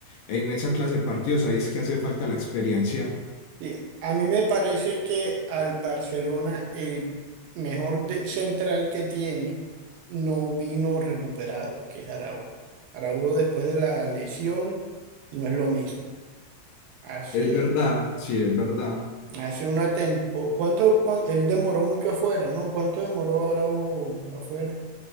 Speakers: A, on the left; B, on the right.
A: en esa clase de partidos, ahí es que hace falta la experiencia.
B: sí. A mí me parece que al Barcelona el mejor de- central que tiene no vino recuperado, que es Araujo. Araujo después de la lesión no es lo mismo. Hace,
A: Es verdad, sí, es verdad.
B: hace una tempo, ¿cuánto, cuán- él demoró mucho afuera, ¿no? ¿Cuánto demoró Araujo afuera?